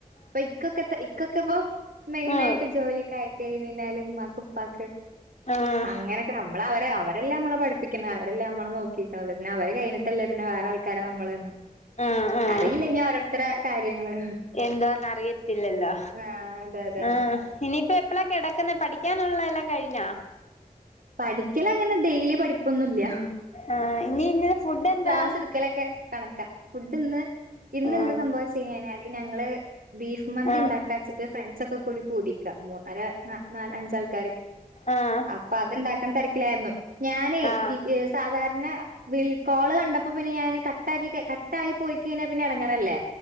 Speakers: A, on the right; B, on the left.
A: പയിക്കൊക്ക ഇക്കൊക്കെപ്പോ മെയിനായിട്ട്
B: ഉം
A: ജോലിയൊക്കെ ആയി കഴിഞ്ഞ് കയ്ഞാല് ഉമ്മാക്ക് ഉപ്പക്ക്
B: ആഹ്
A: അങ്ങനെ ക്ക്‌ നമ്മളാവരെ അവരെല്ലേ നമ്മള പഠിപ്പിക്കുന്നെ അവരെല്ലെ നമ്മളെ നോക്കിക്ക്ണത് പിന്നെ അവര് കഴിഞ്ഞിട്ടല്ലേ പിന്നെ വേറാൾ കാരെ നമ്മള്
B: ആഹ് ആഹ്
A: അറിയില്ലനി ഓരോത്തര കാര്യങ്ങള്
B: എന്താന്ന് അറിയത്തില്ലല്ലോ
A: ആഹ് അതെ അതെ
B: ആ ഇനിയിപ്പ എപ്പളാ കിടക്കുന്നെ പഠിക്കാനുള്ളെയെല്ലാം കഴിഞ്ഞാ
A: പഠിക്കല് അങ്ങനെ ഡെയിലി പഠിപ്പൊന്നുല്ല്യ
B: ആഹ് ഇനി ഇന്നലെ ഫുഡ് എന്താ
A: ക്ലാസ്സ് ട് ക്കലൊക്കെ കണക്കാ ഫുഡ് ന്ന് ഇന്ന്
B: ആഹ്
A: എന്താ സംഭവം ച്ച് കഴിഞ്ഞ യ്ഞ്ഞാല് ഞങ്ങള് ബീഫ് മന്തി
B: ആഹ്
A: ഇണ്ടാക്കച്ചിട്ട് ഫ്രണ്ട്സ് ഒക്കെ കൂടി കൂടിക്കാ മു അര നാ നാലാഞ്ചാൾക്കാര്
B: ആഹ്
A: അപ്പ അത്ണ്ടാക്കണ തെരാക്കിലാരുന്നു ഞാനേ
B: ആഹ്
A: ഈ സാധാരണ വിളി കോള് കണ്ടപ്പോ പിന്നെ ഞാനെ കട്ടാക്കി ക്കെ കട്ടായി പോയിക്കഴിഞ്ഞാ പിന്നെ എടാങ്ങേറല്ലേ